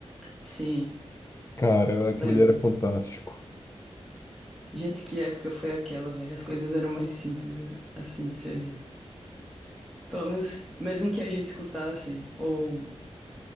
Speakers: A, in the centre; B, on the left.
A: Sim,
B: Cara, aquilo
A: Lembro.
B: ali era fantástico.
A: Gente, que época foi aquela, velho? As coisas eram mais simples, assim, cê... Pelo menos, mesmo que a gente escutasse, ou...